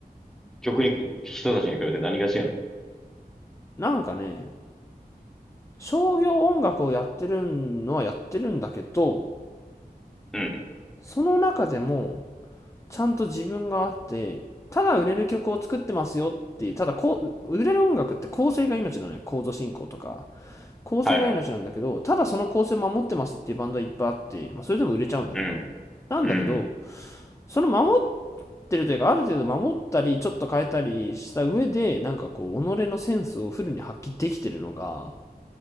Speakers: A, in the centre; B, on the left.
A: 曲に、人たちに比べて何が違うの
B: なんかね、商業音楽をやってるのはやってるんだけど、
A: うん。
B: その中でも、ちゃんと自分があって、ただ売れる曲を作ってますよっていう、ただこう、売れる音楽って構成が命なのよ。コード進行とか。構成が命なんだけど、
A: はいはいはい。
B: ただその構成を守ってますっていうバンドはいっぱいあって、まあそれでも売れちゃうんだけど、
A: うん。
B: なんだけど、
A: うん。
B: その守ってるというか、ある程度守ったり、ちょっと変えたりした上で、なんかこう、己のセンスをフルに発揮できてるのが、